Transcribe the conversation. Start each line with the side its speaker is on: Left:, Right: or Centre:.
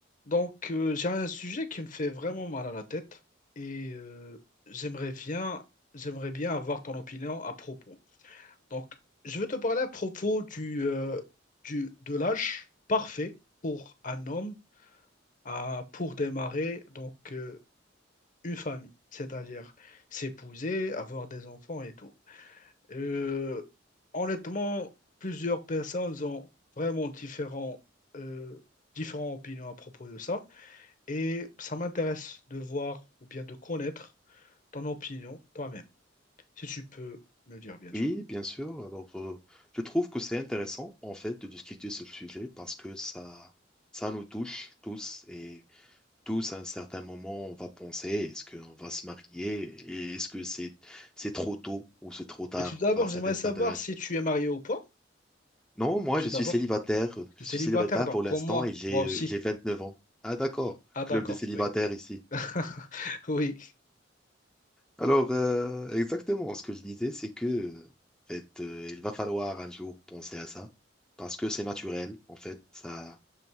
Left: Donc, euh, j'ai un sujet qui me fait vraiment mal à la tête et euh, j'aimerais bien, j'aimerais bien avoir ton opinion à propos. Donc, je vais te parler à propos du, euh, du, de l'âge parfait pour un homme à- pour démarrer donc, euh, une famille, c'est-à-dire s'épouser, avoir des enfants et tout. Euh, honnêtement, plusieurs personnes ont vraiment différents, euh, différentes opinions à propos de ça. Et ça m'intéresse de voir ou bien de connaître ton opinion toi-même, si tu peux me dire, bien sûr.
Centre: Oui, bien sûr. Alors, euh, je trouve que c'est intéressant, en fait, de discuter ce sujet parce que ça, ça nous touche tous et tous, à un certain moment, on va penser, est-ce qu'on va se marier et est-ce que c'est, c'est trop tôt ou c'est trop tard?
Left: Mais tout d'abord,
Centre: Enfin, ça
Left: j'aimerais
Centre: dépend
Left: savoir
Centre: de l'âge.
Left: si tu es marié ou pas.
Centre: Non, moi,
Left: Tout
Centre: je
Left: d'abord,
Centre: suis célibataire. Je
Left: tu es célibataire,
Centre: suis célibataire
Left: donc
Centre: pour
Left: comme
Centre: l'instant
Left: moi,
Centre: et j'ai,
Left: moi aussi.
Centre: euh, j'ai 29 ans. Ah, d'accord.
Left: Ah, d'accord,
Centre: Club des célibataires
Left: oui.
Centre: ici.
Left: <laughs> Oui,
Centre: Alors, euh, exactement, ce que je disais, c'est que, euh, en fait, euh, il va falloir un jour penser à ça, parce que c'est naturel, en fait, ça,